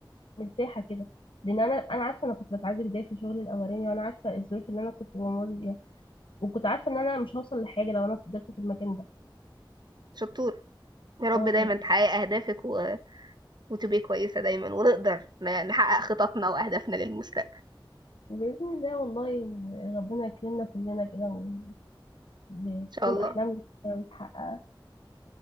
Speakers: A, on the left; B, on the right.
A: مرتاحه كده لان انا انا عارفه انا كنت بتعذب ازاي في شغلي الاولاني وانا عارفه الظروف اللي انا كنت بمر بيها وكنت عارفه ان انا مش هوصل لحاجه لو انا فضلت في المكان ده
B: <laughs> شطور يا رب
A: اه
B: دايما تحققي اهدافك و... وتبقي كويسه دايما ونقدر ن- نحقق خططنا واهدافنا للمستقبل
A: باذن الله والله ربنا يكرمنا كلنا كده بتكون
B: ان شاء الله
A: أحلامي
B: ان
A: كده متحققة